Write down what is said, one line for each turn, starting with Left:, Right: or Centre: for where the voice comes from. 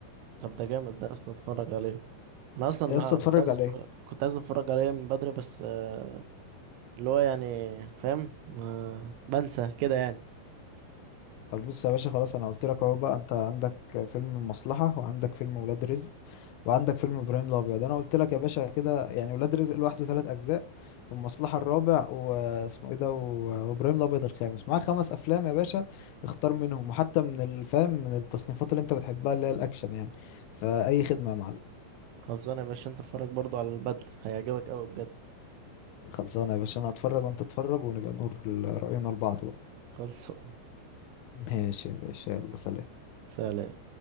Right: طب ده جامد ده اصلا اتفرج عليه انا اصلا
Left: يا اسطى اتفرج
Right: كنت عايز
Left: عليه
Right: اتفرج كنت عايز اتفرج عليه من بدري بس آه، اللي هو يعني فاهم ما بنسى كده يعني
Left: طب بص يا باشا خلاص انا قلت لك اهو بقى انت عندك فيلم المصلحة وعندك فيلم ولاد رزق وعندك فيلم ابراهيم الابيض انا قلت لك يا باشا كده يعني ولاد رزق لوحده ثلاث اجزاء والمصلحة الرابع واسمه ايه ده و- وابراهيم الابيض الخامس معاك خمس افلام يا باشا اختار منهم وحتى من الفهم من التصنيفات اللي انت بتحبها اللي هي الاكشن يعني فاي خدمة يا معلم
Right: خلصانه يا باشا انت اتفرج برضو على البدله هيعجبك قوي بجد
Left: خلصانة يا باشا أنا هتفرج وأنت اتفرج ونبقى نقول رأينا لبعض بقى
Right: خلصان
Left: ماشي يا باشا يلا سلام
Right: سلام